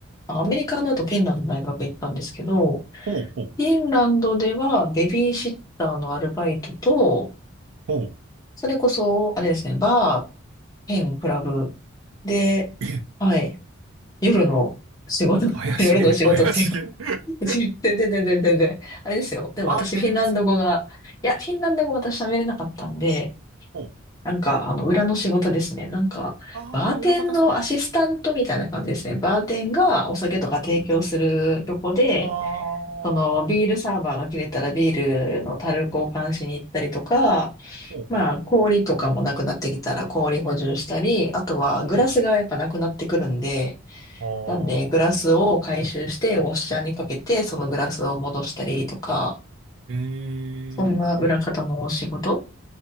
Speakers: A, on the left; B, on the right.
A: アメリカだとフィンランドの大学行ったんですけど、
B: ほうほう、
A: フィンランドではベビーシッターのアルバイトと、
B: ほう。
A: それこそ、あれですね、バー、兼クラブで、
B: え、
A: はい、夜の仕事、<laughs>
B: 怪しげ、
A: 夜の仕事っていうか、
B: 怪しげ。<laughs>
A: <laughs> 全然全然全然全然、あれですよ。でも私フィンランド語が、
B: バーテンですか
A: いや、フィンランド語私喋れなかったんで、
B: ほう。
A: なんか、あの、裏の仕事ですね。なんか、
B: ああ、
A: バーテンのアシスタントみたいな感じですね。
B: 裏方さん。
A: バーテンがお酒とか提供するとこで、
B: ああ、
A: そのビールサーバーが切れたらビールの樽交換しに行ったりとか、
B: ほうほうほう。
A: まあ氷とかもなくなってきたら氷補充したり、あとはグラスがやっぱなくなってくるんで、
B: うんああ、
A: なんでグラスを回収してウォッシャーにかけてそのグラスを戻したりとか、
B: ええ
A: そんな裏方のお仕事